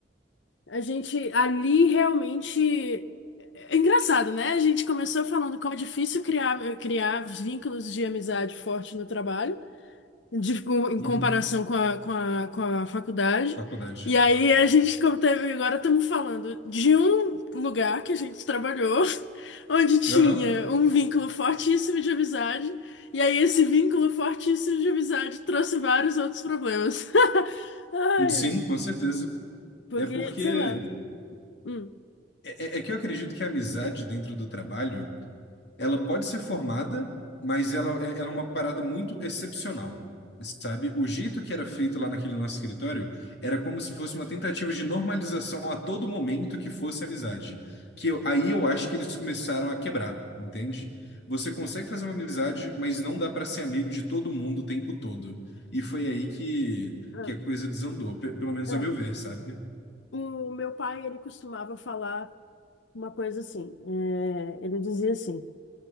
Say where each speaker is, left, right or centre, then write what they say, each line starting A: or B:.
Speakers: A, on the left; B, on the left.
A: A gente ali realmente é é engraçado, né? A gente começou falando como é difícil criar, criar vínculos de amizade forte no trabalho, de- com- em
B: Uhum,
A: comparação com a, com a, com a faculdade.
B: faculdade.
A: E aí a gente como teve- agora estamos falando de um lugar que a gente trabalhou, <laughs> onde tinha
B: Aham,
A: um vínculo fortíssimo de amizade, e aí esse vínculo fortíssimo de amizade trouxe vários outros problemas. <laughs> Ai,
B: sim,
A: ai.
B: com certeza.
A: Porque,
B: É porque.
A: sei lá. Hum.
B: É, é é que eu acredito que a amizade dentro do trabalho. ela pode ser formada, mas ela, é- ela é uma parada muito excepcional, sabe? O jeito que era feito lá naquele nosso escritório era como se fosse uma tentativa de normalização a todo momento que fosse amizade. Que eu- aí eu acho que eles começaram a quebrar, entende? Você consegue fazer uma amizade, mas não dá para ser amigo de todo mundo o tempo todo. E foi aí que,
A: ah.
B: que a coisa desandou, pe- pelo menos
A: É,
B: a meu ver, sabe?
A: o meu pai, ele costumava falar uma coisa assim, é, ele dizia assim,